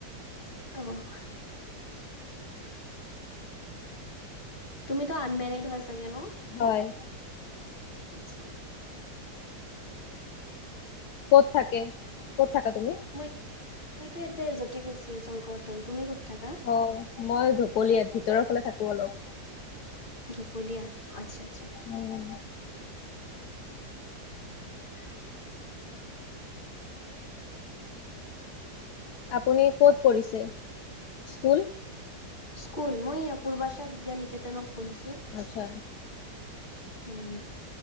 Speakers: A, on the left; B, on the left.
A: অ'। তুমি তো আনমেৰেড হয় চাগে ন?
B: হয়।
A: আত্ছা। <inaudible>
B: ক'ত থাকে, ক'ত থাকা তুমি?
A: মই মইতো এতিয়া জ্যোতিকুছী চংকৰটোল তুমি ক'ত? থাকা?
B: অ' মই ধপলিয়াত, ভিতৰৰ ফালে থাকো অলপ।
A: ধপলিয়া আচ্ছা। আচ্ছা
B: উম।
A: <inaudible>
B: আপুনি ক'ত পঢ়িছে স্কুল?
A: স্কুল মই ই পূৰ্বাচা বিদ্যা নিকেতনত। পঢ়িছো।
B: আচ্ছা।
A: উম,